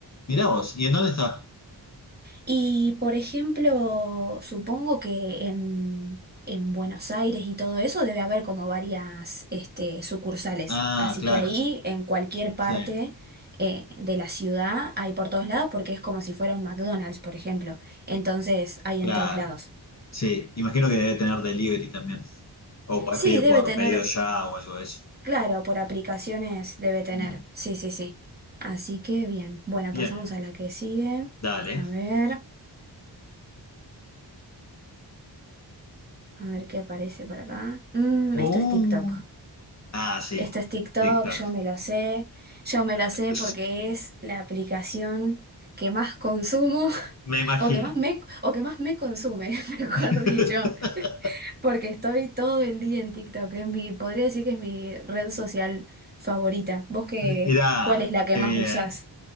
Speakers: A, on the left (about 40°); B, on the right (about 20°).
A: Mirá vos, ¿y en dónde está?
B: Y por ejemplo, supongo que en, en Buenos Aires y todo eso debe haber como varias este, sucursales.
A: Ah,
B: Así
A: claro.
B: que ahí, en cualquier parte
A: Sí,
B: eh, de la ciudad, hay por todos lados porque es como si fuera un McDonald's, por ejemplo. Entonces, hay
A: claro.
B: en todos lados.
A: Sí, imagino que debe tener delivery también. O podés
B: Sí,
A: pedir
B: debe
A: por
B: tener,
A: pedido ya o algo de eso.
B: claro, por aplicaciones debe tener.
A: Mm,
B: Sí, sí, sí. Así que bien. Bueno,
A: Bien,
B: pasamos a la que sigue.
A: dale.
B: A ver, a ver qué aparece por acá. Mm,
A: Oh,
B: esto es TikTok.
A: Ah, sí,
B: Esto es TikTok,
A: TikTok.
B: yo me lo sé, yo me lo sé
A: <laughs>
B: porque es la aplicación que más consumo <laughs>
A: Me imagino.
B: o que más me, o que más me consume, <laughs> mejor
A: <laughs>
B: dicho, porque estoy todo el día en TikTok, es mi, podría decir que es mi red social favorita. ¿Vos qué,
A: Mirá,
B: cuál es la que
A: qué
B: más
A: bien.
B: usás?